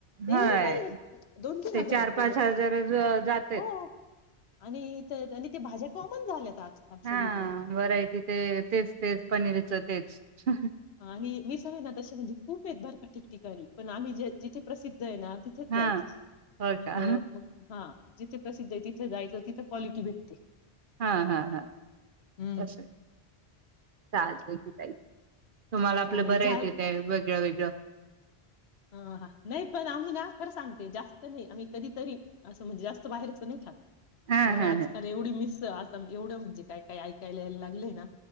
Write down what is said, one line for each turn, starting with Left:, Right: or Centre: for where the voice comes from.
Right: हय
Left: एवढे ताई दोन तीन
Right: ते
Left: हजारात
Right: चार
Left: गेले
Right: पाच
Left: असते
Right: हजार जातेत
Left: हो. आणि ते आणि ते भाज्या कॉमन झाल्यात. आजकाल
Right: हा
Left: सगळीकडे.
Right: व्हरायटी ते तेच तेच पनीरचं तेच ह ह
Left: आणि विसावे ना तसे म्हणजे खूप आहेत बर का ठिकठिकाणी. पण आम्ही जे जिथे प्रसिद्ध आहे ना तिथेच
Right: हा
Left: जायचं
Right: होय
Left: मग
Right: का
Left: मग हा. जिथे प्रसिद्ध आहे तिथे जायचं तिथे क्वालिटी भेटते.
Right: हा हा हा
Left: हम्म.
Right: असंय चालतय की ताई तुम्हाला आपल्या
Left: चालेल
Right: बरयं
Left: झाल
Right: तिथं हाय वेगळ्या वेग त्या
Left: ह हा नाही पण आम्ही ना खरं सांगते जास्त नाही आम्ही कधीतरी असं म्हणजे जास्त बाहेरच नाही खात.
Right: हा
Left: कारण
Right: हा
Left: आजकाल
Right: ह
Left: एवढी मिस <unintelligible> असं एवढं म्हणजे काय काय ऐकायला यायला लागलंय ना